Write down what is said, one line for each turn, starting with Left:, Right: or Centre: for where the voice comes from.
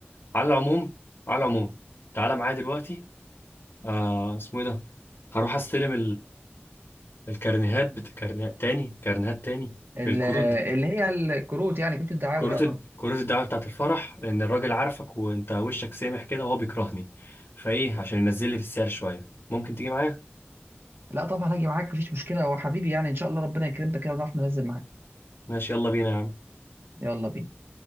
Left: على العموم على العموم تعالى معايا دلوقتي آه اسمه ايه ده هروح استلم الكارنيهات بت... كارنيهات تاني كارنيهات تاني
Right: ال-
Left: الكروت بت...
Right: اللي هي الكروت يعني كروت الدعاوي
Left: كروت
Right: اه
Left: ال- كروت الدعوة بتاعت الفرح لأن الراجل عارفك وأنت وشك سامح كده وهو بيكرهني فإيه عشان ينزل لي في السعر شوية ممكن تيجي معايا؟
Right: لا طبعا هاجي معاك مفيش مشكله هو حبيبي يعني ان شاء الله ربنا يكرمنا كده ونعرف ننزل معاك
Left: ماشي يلا بينا يا عم
Right: يلا بينا